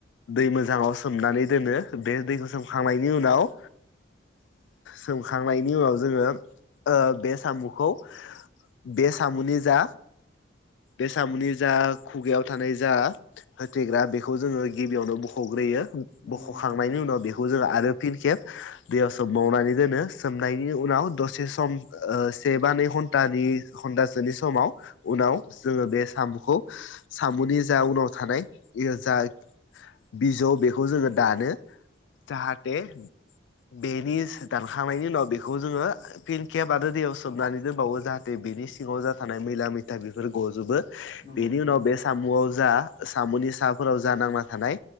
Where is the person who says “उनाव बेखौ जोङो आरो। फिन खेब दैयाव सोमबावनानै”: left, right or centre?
Left